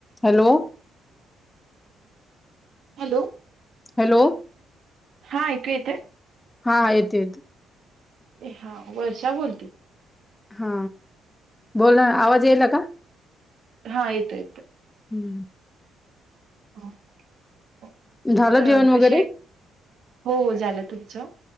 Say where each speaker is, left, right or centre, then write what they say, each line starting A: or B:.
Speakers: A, on the left; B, on the right.
A: हॅलो.
B: हॅलो.
A: हॅलो.
B: हा ऐकू येतेय.
A: हा येत येत.
B: ए हा वर्षा बोलते.
A: हा बोला आवाज येला का.
B: हा आयतयत.
A: हम्म.
B: हो
A: झालं
B: क
A: जेवण वगैरे
B: हो हो झालं तुमचं.